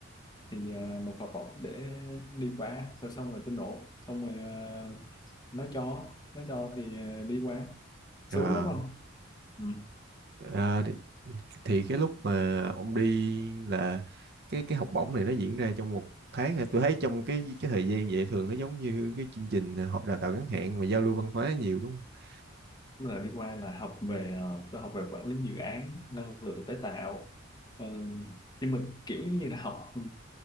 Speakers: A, on the left (about 20°); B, on the right (about 55°).
A: thì ờ, nộp học bổng để đi qua xong xong rồi tôi nộp xong rồi ờ, nó cho nó cho thì ờ, đi qua xuống
B: Ờ,
A: đúng không ừ.
B: ờ, thì cái lúc mà ông đi là cái cái học bổng này nó diễn ra trong một tháng hả? Tôi thấy trong cái cái thời gian vậy thường nó giống như cái chương trình họ đào tạo ngắn hạn mà giao lưu văn hóa nhiều đúng không?
A: Cũng là đi qua là học về ờ, tôi học về quản lý dự án năng lượng tái tạo Ờ, thì mình kiểu như là học ừ,